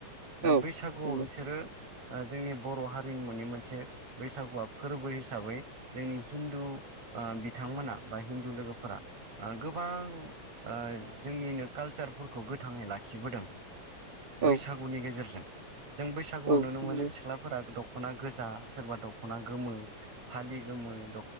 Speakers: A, on the right; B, on the right.
A: दा
B: औ
A: बैसागुआव
B: नंगौ
A: बिसोरो ओ जोंनि बर' हारिनिमुनि मोनसे बैसागुआ फोरबो हिसाबै जोंनि हिन्दु ओ बि थांमोना बा हिन्दु लोगोफोरा ओ गोबां ओ जोंनिनो कालसारफोरखौ गो थाङै लाखिबोदों। बैसागुनि
B: औ
A: गेजेरजों जों बैसागुआव
B: औ
A: नुनो
B: नंगौ
A: मोनो सिख्लाफोरा दख'ना गोजा सोरबा दख'ना गोमो फालि गोमो द